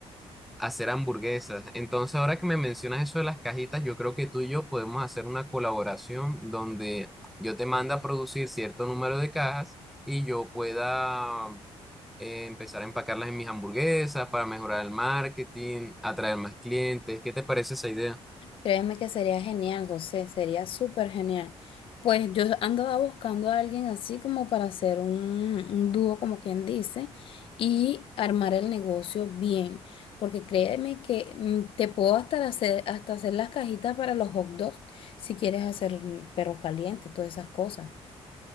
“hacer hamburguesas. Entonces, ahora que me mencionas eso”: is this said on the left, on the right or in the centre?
Centre